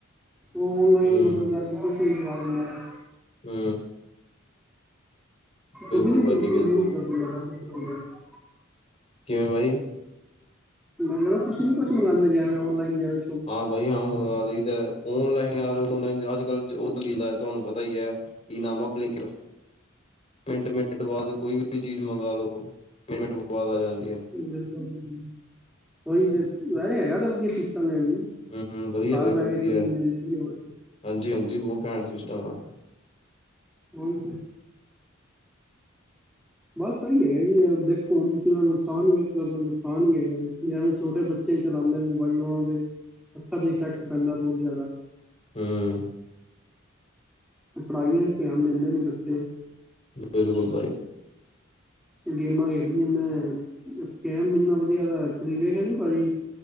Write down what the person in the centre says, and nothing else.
ਓਨਲਾਈਨ,
ਡਰ ਕਰਕੇ ਫੜਾ ਜਾ ਦਿੰਦਾ।
ਤੁਸੀਂ ਨੀ
ਯੂਜ
ਕਰਦੇ ਆ <inaudible>
ਮੈਂ ਕਿਹਾ, ਤੁਸੀਂੀ ਕੁਛ ਮੰਗਗਾਉਂਦੇ ਜਿਵੇ, ਓਨਲਾਈਨ ਜਵੇ
ਬਿਲਕੁਲੁ, ਉਹੀ ਤੇ ਹੈਗਾ ਤਾਂ ਵਧੀ ਹੈਗਾ ਆ ਸਿਸਟਮ ਏ ਵੀ ਘਰ
ਬਹਿ
ਠੀਕ ਕੇ, ਚੀਜ਼ ਮਿਲਦੀ ਹੋਰ।
ਓਹੀ ਤੇ, ਬਸ ਸਹੀ ਹੈਗਾ ਜੀ, ਯ ਦੇਖੋ ਹੁਣ ਕਿਸੇ ਦਾ ਨੁਕਸਾਨ ਵੇਖੋ ਨੁਕਸਾਨ ਦੇਣ ਜਿਵੇਂ, ਛੋਟੇ ਬੱਚੇ ਚਲਾਉਂਦੇ ਮੋਬਾਈਲ, ਉਹਨਾਂ ਦੇ ਅੱਖਾਂ ਤੇ ਇਫੈਕਟ ਪੈਂਦਾ, ਬਹੁਤ ਜ਼ਿਆਦਾ
ਪੜ੍ਹਾਈ ਚ, ਧਿਆਨ ਦਿੰਦੇ ਨੇ ਬੱਚੇ
ਗੇਮਾਂ ਖੇਡ ਲੈਂਦੇ ਨੇ ਸਕੇਮ ਇੰਨਾ ਵਧੀਆ ਤੁਸੀ ਵੇਖਿਆ ਨਈ, ਭਾਜੀ,